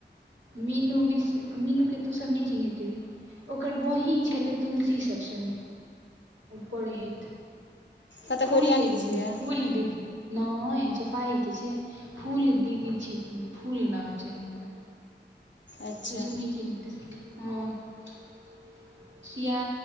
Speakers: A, on the right; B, on the left.
A: मीनू मि मीनू के तू सब नहि चिन्हैत हैबी ओकर बहिन छलै तुलसी सब संगे पड़ै हेत
B: कतऽ
A: फूले
B: कोरिया नहि किछ लियए
A: फूल दिप नै जपाइके छै फूल दीदी छथिन फूल नाम छनि हुनकर
B: अच्छा
A: तुसब नय चिन्हैत हैबी हँ शिया